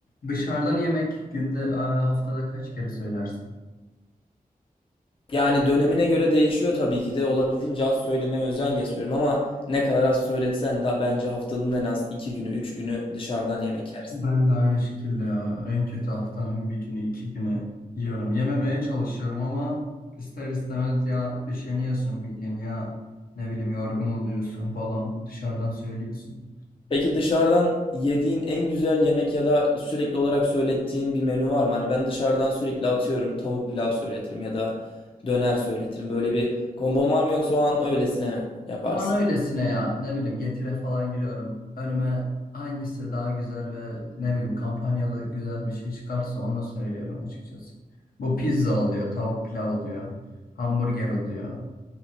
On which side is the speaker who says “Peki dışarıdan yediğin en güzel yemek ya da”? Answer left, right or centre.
Left